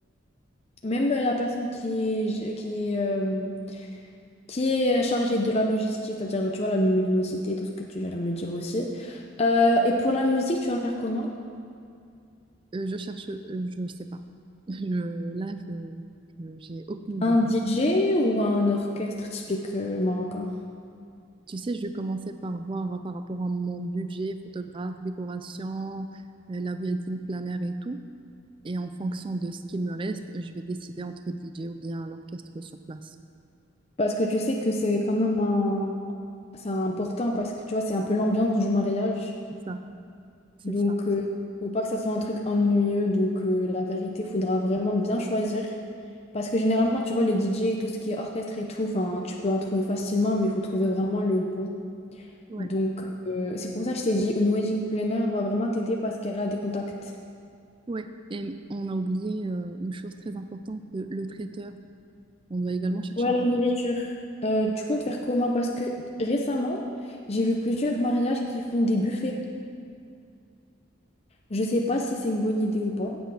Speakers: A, on the left; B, on the right.
A: Même euh, la personne qui est, qui est, euh, qui est chargée de la logistique, c'est-à-dire, là, tu vois, la luminosité, tout ce que tu viens de me dire aussi. Euh, et pour la musique, tu vas faire comment?
B: Euh, je cherche, euh, je ne sais pas. <laughs> Je- là, je, je- j'ai aucune
A: Un
B: idée.
A: DJ ou un orchestre typique euh, marocain?
B: Tu sais, je commençais par voir euh, par rapport à mon budget, photographe, décoration, euh, la wedding planner et tout. Et en fonction de ce qu'il me reste, je vais décider entre DJ ou bien l'orchestre sur place.
A: Parce que tu sais que c'est quand même un... c'est important parce que tu vois, c'est un peu l'ambiance du mariage.
B: C'est ça, c'est
A: Donc,
B: ça.
A: euh, faut pas que ça soit un truc ennuyeux. Donc, euh, la vérité, faudra vraiment bien choisir. Parce que généralement, tu vois, les DJ et tout ce qui est orchestre et tout, enfin, tu peux en trouver facilement, mais il faut trouver vraiment le bon.
B: Ouais,
A: Donc, euh, c'est pour ça que je t'ai dit, une wedding planner va vraiment t'aider parce qu'elle a des contacts.
B: ouais. Et on a oublié euh, une chose très importante, le, le traiteur. On doit également chercher
A: Ouais,
B: un...
A: la nourriture. Euh, tu comptes faire comment? Parce que récemment, j'ai vu plusieurs mariages qui font des buffets. Je sais pas si c'est une bonne idée ou pas,